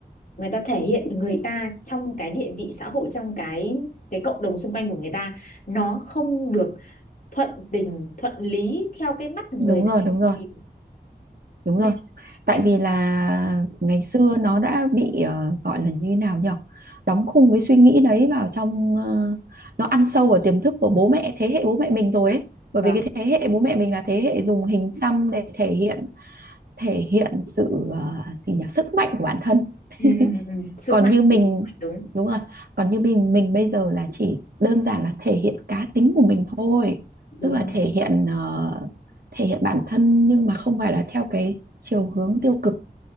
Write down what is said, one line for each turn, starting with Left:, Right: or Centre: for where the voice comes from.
Left: người ta thể hiện người ta trong cái địa vị xã hội trong cái cái cộng đồng xung quanh của người ta nó không được thuận tình thuận lý theo cái mắt người
Right: đúng
Left: người
Right: rồi đúng
Left: ta
Right: rồi
Left: nhìn.
Right: đúng
Left: Nên
Right: rồi tại
Left: em
Right: vì là ngày xưa nó đã bị ờ, gọi là như thế nào nhỉ đóng khung cái suy nghĩ đấy vào trong ờ, nó ăn sâu vào tiềm thức của bố mẹ thế hệ bố mẹ mình rồi ấy
Left: vâng
Right: bởi vì cái thế hệ bố mẹ mình là thế hệ dùng hình xăm để thể hiện thể hiện sự ờ, gì nhỉ sức mạnh của bản thân <laughs>
Left: ừ, ừ, ừ. Sữa
Right: còn
Left: mạnh
Right: như mình
Left: thì sữa mạnh đúng
Right: đúng rồi còn như mình mình bây giờ là chỉ đơn giản là thể hiện cá tính của mình thôi
Left: đúng
Right: tức là
Left: không
Right: thể hiện ờ, thể hiện bản thân nhưng mà không phải là theo cái chiều hướng tiêu cực